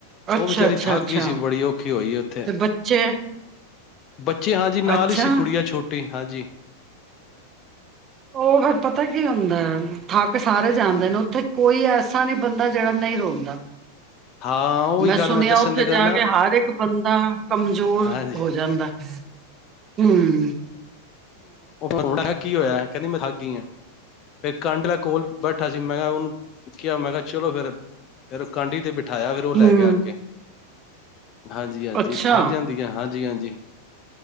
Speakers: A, on the left; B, on the right.
A: ਉਹ
B: ਅੱਛਾ-ਅੱਛਾ,
A: ਵਿਚਾਰੀ ਥੱਕ
B: ਅੱਛਾ
A: ਗਈ ਸੀ ਬੜੀ ਔਖੀ ਹੋਈ ਉੱਥੇ
B: ਤੇ ਬੱਚੇ।
A: ਬੱਚੇ ਹਾਂਜੀ ਨਾਲ
B: ਅੱਛਾ
A: ਹੀ ਸੀ ਗੁੜੀਆ ਛੋਟੀ ਟੀ ਹਾਂਜੀ।
B: ਉਹ ਫਿਰ ਪਤਾ ਕੀ ਹੁੰਦਾ ਥੱਕ ਸਾਰੇ ਜਾਂਦੇ ਨੇ ਉੱਥੇ ਕੋਈ ਐਸਾ ਨਹੀਂ ਬੰਦਾ ਜਿਹੜਾ ਨਹੀਂ ਰੋਂਦਾ।
A: ਹਾਂ ਉਹੀ
B: ਮੈਂ
A: ਗੱਲ
B: ਸੁਣਿਆ
A: ਦੱਸਣ
B: ਉੱਥੇ
A: ਲੱਗਾ
B: ਜਾ
A: ਨਾ
B: ਕੇ ਹਰ ਇੱਕ ਬੰਦਾ ਕਮਜ਼ੋਰ
A: ਹਾਂਜੀ
B: ਹੋ ਜਾਂਦਾ ਹੈ ਹਮ।
A: ਉਹ <inaudible> ਕੀ ਹੋਇਆ। ਕਹਿੰਦੀ ਮੈਂ ਥਾ ਗਈ ਆ ਫੇਰ ਕੰਢਲ ਕੋਲ ਬੈਠਾ ਸੀ ਮੈਂ ਕਿਹਾ ਉਹਨੂੰ ਕਿਹਾ ਮੈਂ ਕਿਹਾ <inaudible> <inaudible> <inaudible> <inaudible> <inaudible> ਚਲੋ ਫੇਰ, ਫੇਰ ਕਾਂਢੀ ਤੇ ਬਿ ਬਿਠਾਇਆ ਫਿਰ ਉਹ ਲੈ
B: ਹੂੰ
A: ਗਿਆ ਅੱਗੇ। ਹਾਂਜੀ-ਹਾਂਜੀ
B: ਅੱਛਾ
A: ਥੱਕ ਜਾਂਦੀਆਂ ਹਾਂਜੀ-ਹਾਂਜੀ। ਜੀ।